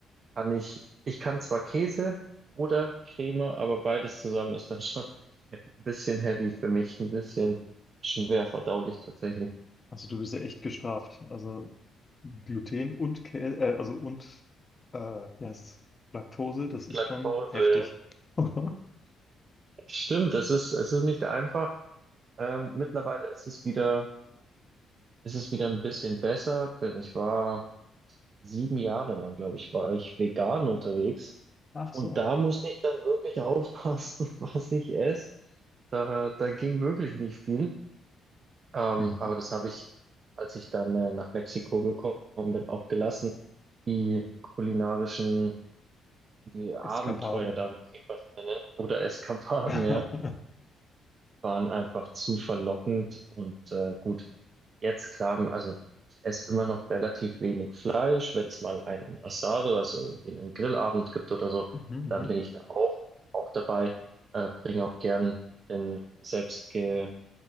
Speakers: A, on the right; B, on the left.
A: kann ich, ich kann zwar Käse oder Creme, aber beides zusammen ist dann schon <laughs> ein bisschen heavy für mich, ein bisschen schwer verdaulich tatsächlich.
B: Also du bist ja echt gestraft. Also Gluten und Käse, äh, also und äh, wie heißt's? Laktose, das ist
A: Laktose.
B: schon heftig. <laughs>
A: Stimmt, es ist, es ist nicht einfach. Ähm, mittlerweile ist es wieder, ist es wieder ein bisschen besser, denn ich war sieben Jahre lang, glaube ich, war ich vegan unterwegs.
B: Ach
A: Und
B: so.
A: da musste ich dann wirklich aufpassen, <laughs> was ich esse. Da, da ging wirklich nicht viel. Ähm,
B: Mhm.
A: aber das habe ich, als ich dann äh, nach Mexiko gekommen bin, auch gelassen. Die kulinarischen, die Abenteuer,
B: Eskapaden.
A: darf ich sie fast nennen, oder Eskapaden,
B: <laughs>
A: ja. waren einfach zu verlockend und äh, gut, jetzt klar, also ich esse immer noch relativ wenig Fleisch. Wenn es mal einen Asado, also irgendwie einen Grillabend gibt oder so,
B: Mhm, mhm.
A: dann bin ich da auch, auch dabei, äh, bringe auch gern den selbstge,